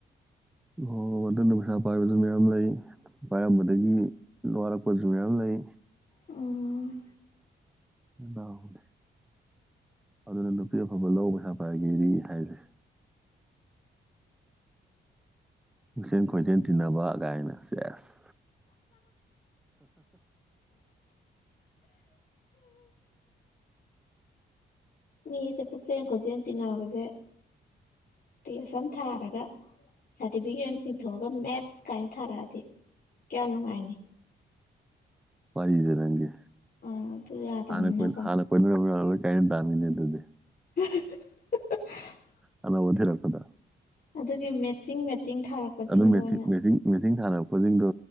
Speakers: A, in the centre; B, on the left.
A: ꯑꯣ ꯑꯗꯨꯅ ꯄꯩꯁꯥ ꯄꯥꯏꯕꯁꯨ ꯃꯌꯥꯝ ꯂꯩ ꯄꯥꯏꯔꯝꯕꯗꯒꯤ ꯋꯥꯔꯛꯄꯖꯨ ꯃꯌꯥꯝ ꯂꯩ
B: ꯎꯝ
A: ꯗꯥꯎꯗꯤ ꯑꯗꯨꯅ ꯅꯨꯄꯤ ꯑꯐꯕ ꯂꯧ ꯄꯩꯁꯥ ꯄꯥꯏꯒꯦꯗꯤ ꯍꯥꯏꯔꯤꯖꯦ ꯄꯨꯛꯆꯦꯟ ꯈꯣꯏꯖꯦꯟ ꯇꯤꯟꯅꯕ ꯒꯥꯏꯅ ꯆꯦꯁ
B: ꯃꯤꯖꯦ ꯄꯨꯛꯆꯦꯟ ꯈꯣꯏꯖꯦꯟ ꯇꯤꯟꯅꯕꯖꯦ ꯇꯦꯁ ꯑꯃ ꯊꯥꯔꯒ ꯁꯥꯗꯤꯕꯤꯒꯦꯠ ꯑꯃ ꯆꯤꯡꯊꯣꯛꯑꯒ ꯃꯦꯠꯁ ꯀꯥꯏꯅ ꯊꯥꯔꯛꯑꯗꯤ ꯀꯌꯥ ꯅꯨꯡꯉꯥꯏꯅꯤ
A: ꯋꯥꯔꯤꯖꯦ ꯅꯪꯒꯤ
B: ꯑꯥ ꯑꯗꯨ ꯌꯥꯗꯕꯅꯤꯅꯀꯣ
A: ꯍꯥꯟꯅ ꯀꯣꯏ ꯍꯥꯟꯅ ꯀꯣꯏꯅꯔꯨꯕ <inaudible> ꯀꯥꯏꯅ ꯇꯥꯝꯅꯤꯅꯦ ꯑꯗꯨꯗꯤ
B: <unintelligible>
A: ꯑꯅꯧꯕ ꯊꯤꯔꯛꯄꯗ
B: ꯑꯗꯨꯒꯤ ꯃꯦꯠꯆꯤꯡ ꯃꯦꯠꯆꯤꯡ ꯊꯥꯔꯛꯄꯁꯤꯡꯗꯣ
A: ꯑꯗꯨ ꯃꯦꯆꯤꯡ
B: ꯑꯣꯏꯅ
A: ꯃꯦꯆꯤꯡ ꯃꯦꯆꯤꯡ ꯊꯥꯅꯔꯛꯄꯁꯤꯡꯗꯣ